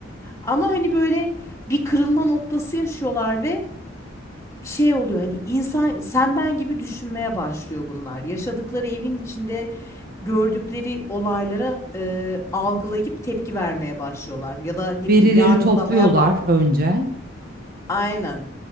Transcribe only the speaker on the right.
Verileri
topluyorlar
önce.